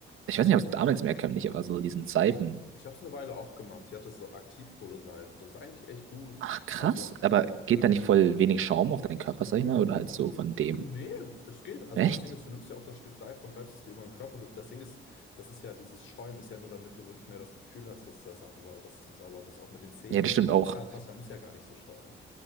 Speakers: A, on the right (about 80°); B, on the left (about 70°).
A: ich weiß nicht, ob es damals mehr kömmlich, aber so diesen Seifenputzen.
B: Ich habe es eine Weile auch gemacht. Ich hatte so Aktivkohleseife. Das ist eigentlich echt gut.
A: Ach, krass.
B: Also,
A: Aber geht
B: ähm,
A: da nicht voll wenig Schaum auf deinen Körper, sag ich mal? Oder halt so von dem.
B: ich, nee, es geht. Also
A: Echt?
B: das Ding ist, du nimmst ja auch das Stück Seife und reibst es dir über den Körper. Du, das Ding ist, das ist ja, dieses Schäumen ist ja nur, damit du wirklich mehr das Gefühl hast, dass da Sachen sau, dass du sauber bist, auch mit den Zähnen
A: Ja,
B: und
A: das
B: so.
A: stimmt auch.
B: Zahnpasta muss ja gar nicht so schäumen.